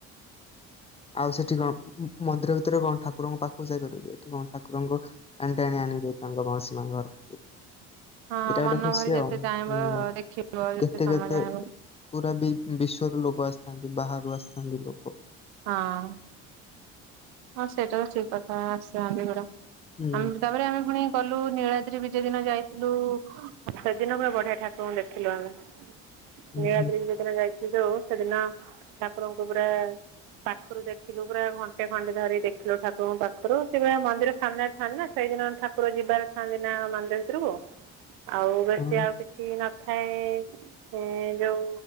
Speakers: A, on the left; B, on the right.
A: ଆଉ ସେଠି କଣ ମନ୍ଦିର ଭିତରେ କଣ ଠାକୁରଙ୍କ ପାଖକୁ ଯାଇପାରିବ ଏଠି କଣ ଠାକୁରଙ୍କ ଟାଣି ଟାଣି ଆଣିବେ ତାଙ୍କ ମାଉସୀ ମା ଘର କତିକି।
B: ହଁ
A: ଏଇଟା ଗୋଟେ
B: ମନ
A: ଖୁସି
B: ଭରି
A: ଆଉ
B: ଯେତେ ଚାହିଁବ
A: ହୁଁ
B: ଦେଖିବ ଯେତେ
A: କେତେ
B: ସମୟ
A: କେତେ
B: ଚାହିଁବ
A: ପୁରା ବି ବିଶ୍ଵରୁ ଲୋକ ଆସିଥାନ୍ତି ବାହରୁ ଆସିଥାନ୍ତି ଲୋକ।
B: ହଁ। ହଁ ସେଇଟା ତ ଠିକ କଥା ଆସିଥାନ୍ତି ଏ ଗୁଟା
A: ହୁଁ
B: ଆମେ ତାପରେ ଆମେ ପୁଣି କଲୁ ନୀଳାଦ୍ରି ବିଜେ ଦିନ ଯାଇଥିଲୁ ସେଦିନ ପୁରା ବଢିଆ ଠାକୁରଙ୍କୁ ଦେଖିଲୁ ଆମେ।
A: ହୁଁ
B: ନୀଳାଦ୍ରି
A: ହୁଁ।
B: ବିଜେ ଦିନ ଯାଇଥିଲି ଯୋଉ ସେଦିନ ଠାକୁରଙ୍କୁ ପୁରା ପାଖରୁ ଦେଖିଲୁ ପୁରା ଘଣ୍ଟେ। ଘଣ୍ଟେ ଧରି ଦେଖିଲୁ ଠାକୁରଙ୍କୁ ପାଖରୁ ସେପୁରା ମନ୍ଦିର ସାମ୍ନାରେ ଥାଆନ୍ତି ନା ସେଇଦିନ ଠାକୁର ଯିବାର ଥାନ୍ତି ନା ମନ୍ଦିର ଭିତରକୁ ଆଉ ବେଶୀ
A: ହଁ
B: ଆଉ କିଛି ନଥାଏ। ଏ ଯୋଉ